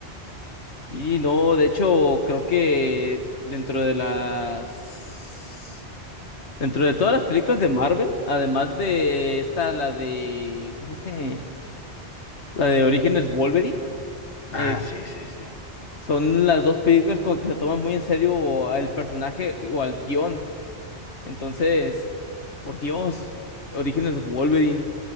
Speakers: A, on the left (about 75°); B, on the left (about 55°).
A: Sí, no, de hecho, creo que dentro de las... Dentro de todas las películas de Marvel, además de esta, la de... ¿Cómo se dice? La de Orígenes Wolverine, eh,
B: Ah, sí, sí, sí.
A: son las dos películas como que se toman muy en serio al personaje o al guión. Entonces, por Dios, Orígenes Wolverine.